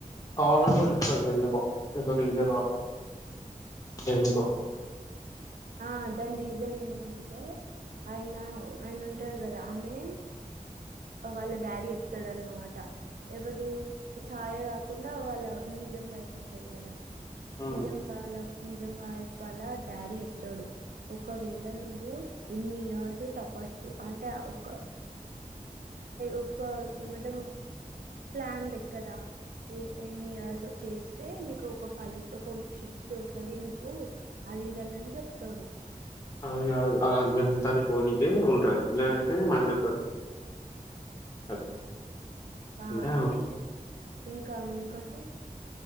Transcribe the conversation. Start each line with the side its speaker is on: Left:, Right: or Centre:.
Left: కావాల వెల్లి అదే ఎందుకో రీసన్ వల్ల దేనికో
Right: ఆ దాని రీజన్ ఏంటంటే ఆయన ఆయన ఉంటారు కదా ఆమె వాళ్ళ డాడీ చెప్తాడు అన్నమాట ఎవరు ఛాయ కాకుండా వాళ్ళ నిజం వైపు ఉంటంది కదా
Left: హ్మ్.
Right: నిజం వాళ్ళ నిజాం వైఫ్ వల్ల డాడీ చెప్తాడు ఒకవేళ నువ్వు ఎన్ని ఇయర్స్ తపస్సు అంటే ఒక ఒక ఏంట ప్లాన్ లెక్కద ఎన్ని ఇయర్స్ చేస్తే నీకు ఒక ఫలిత ఒక శక్తి వస్తుంది నీకు అది ఇదాని అని చెప్ చెప్తాడు
Left: అది కాదు అలాజ్ బెంతని పోనికే ఉంటుంది లేదంటే మండుతారు అది
Right: ఆ
Left: అంటే
Right: అయితే ఇంకా అందుకే